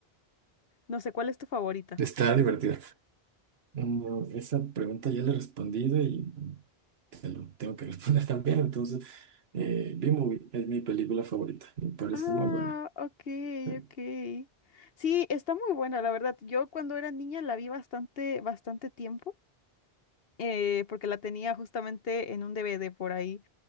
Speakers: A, on the left; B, on the right.
A: No sé, ¿cuál es tu favorita?
B: Está divertida. Mm, esa pregunta ya la he respondido y te lo tengo que <laughs> responder también. Entonces, eh, B-Movie es mi película favorita. Me parece
A: Ah,
B: muy buena. <laughs>
A: ok, ok. Sí, está muy buena, la verdad. Yo cuando era niña la vi bastante, bastante tiempo, eh, porque la tenía justamente en un DVD por ahí.